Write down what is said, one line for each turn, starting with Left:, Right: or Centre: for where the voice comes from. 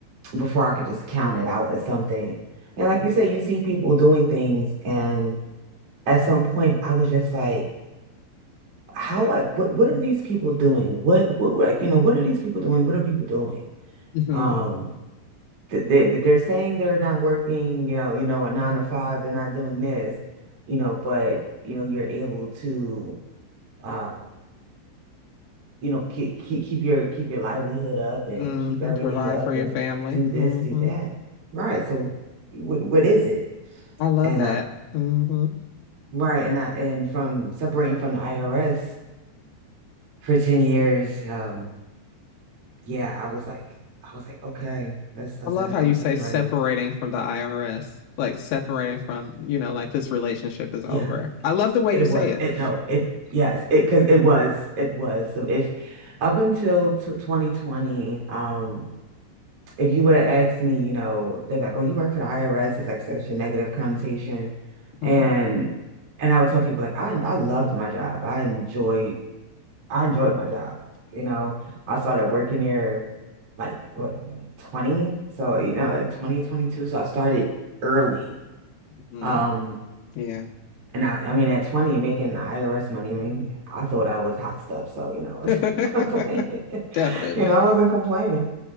Right: before I could just count it out as something. And like
Left: hmm
Right: you say, you see people doing things, and at some point, I was just like, how, like, what, what are these people doing? What, what, like, you know, what are these people doing? What are people doing?
Left: hmm
Right: Um, th- they they're saying they're not working, you know, you know, a nine to five, they're not doing this, you know, but you know, you're able to uh, you know, keep keep keep your keep your livelihood up and
Left: hmm
Right: keep everything
Left: Provide
Right: up
Left: for
Right: and
Left: your family.
Right: do this,
Left: hmm
Right: do that. Right. So what what is it?
Left: I love
Right: And
Left: that.
Right: uh
Left: hmm
Right: right, and I and from separating from the IRS for 10 years, um, yeah, I was like I was like, okay, that's I
Left: I
Right: said
Left: love how
Right: I'm
Left: you say
Right: I'm
Left: separating
Right: ready.
Left: from the IRS, like separating from, you know, like this relationship is
Right: Yeah.
Left: over. I love the way
Right: It
Left: you say
Right: was.
Left: it.
Right: It no. It yes. It because it was. It was. So if up until t 2020, um, if you would have asked me, you know, they're like, "Oh, you work for the IRS." It's like such a negative connotation,
Left: hmm
Right: and and I would tell people like, I I loved my job. I enjoyed. I enjoyed my job. You know, I started working there like what 20. So you know, like 2022. So I started early.
Left: hmm
Right: Um.
Left: Yeah.
Right: And I, I mean, at 20, making IRS money, I mean, I thought I was hot stuff. So, you know, I wasn't
Left: <laughs>
Right: <laughs> complaining.
Left: Definitely.
Right: You know, I wasn't complaining.